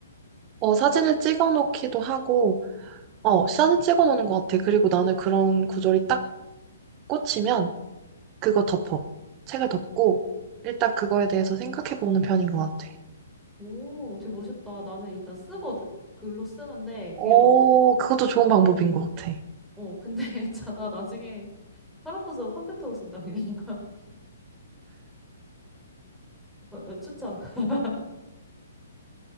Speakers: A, on the right; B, in the centre.
A: 어, 사진을 찍어 놓기도 하고, 어, 사진 찍어 놓는 것 같아. 그리고 나는 그런 구절이 딱 꽂히면 그거 덮어. 책을 덮고, 일단 그거에 대해서 생각해 보는 편인 것 같아.
B: 오, 되게 멋있다. 나는 일단 쓰거든? 글로 쓰는데
A: 오,
B: 그게 너,
A: 그것도 좋은 방법인 것 같아.
B: 어, 근데 <laughs> 있잖아. 나중에 팔 아파서 컴퓨터로 쓴다, 그냥. <laughs> 어, 어, 추천. <laughs>